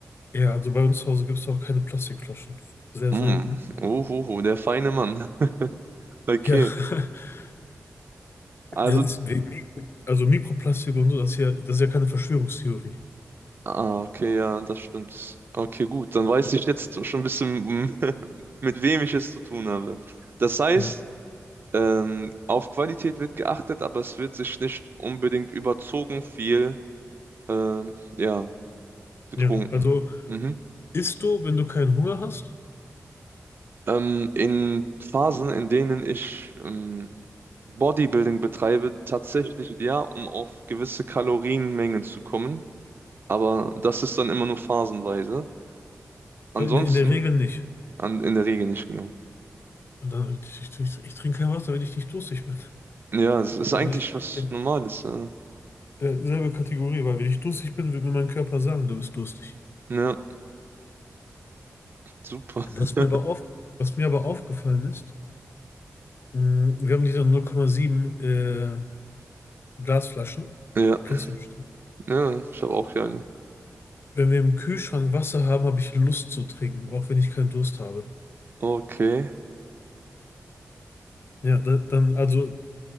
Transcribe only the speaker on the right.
Mm.
Uhuhu, der feine Mann. <laughs> Okay.
Also,
ah, okay, ja, das stimmt. Okay, gut, dann weiß ich jetzt schon ein bisschen, <laughs> mit wem ich es zu tun habe. Das heißt,
ähm, auf Qualität wird geachtet, aber es wird sich nicht unbedingt überzogen viel, ähm, ja, getrunken.
Mhm.
Ähm, in Phasen, in denen ich ähm, Bodybuilding betreibe, tatsächlich ja, um auf gewisse Kalorienmengen zu kommen. Aber das ist dann immer nur phasenweise. Ansonsten
An, in der Regel nicht, genau.
Ja, es ist eigentlich
was
Normales. Ja,
ja super.
<laughs>
Ja,
ja, ich habe auch hier eine.
Okay.